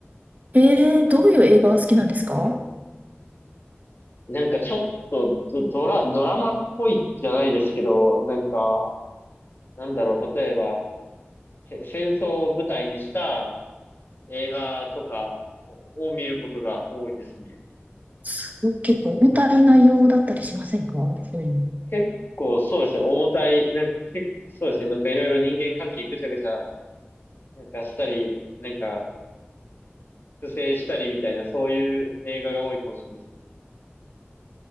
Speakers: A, on the right; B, on the left.
A: ええー、どういう映画が好きなんですか
B: なんかちょっとド、ドラ、ドラマっぽいじゃないですけど、なんか、なんだろう、例えば、せ戦争を舞台にした映画とかをを見ることが多いですね。
A: すごい結構重たい内容だったりしませんかそういうの。
B: 結構そうですね、重たい、なんか結構そうですね、なんかいろいろ人間関係ぐちゃぐちゃ、なんかしたり、なんか不正したりみたいな、そういう映画が多いかもしれないですね。